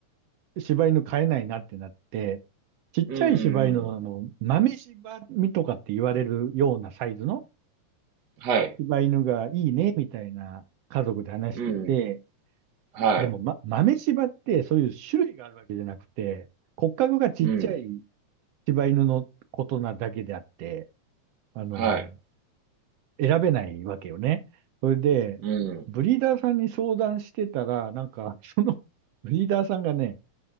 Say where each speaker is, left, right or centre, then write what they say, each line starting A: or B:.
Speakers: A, on the right; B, on the right.
A: 柴犬飼えないなってなって、ちっちゃい柴犬の、
B: うんうんうん。
A: あの、豆柴みとかって言われるようなサイズの
B: はい。
A: 柴犬がいいね、みたいな家族で話してて、
B: うん。はい。
A: でも、ま、豆柴ってそういう種類があるわけじゃなくて、骨格がちっちゃい
B: うん。
A: 柴犬のことなだけであって、あの、
B: はい。
A: 選べないわけよね。それで、
B: うん。
A: ブリーダーさんに相談してたら、なんか、その <laughs> ブリーダーさんがね、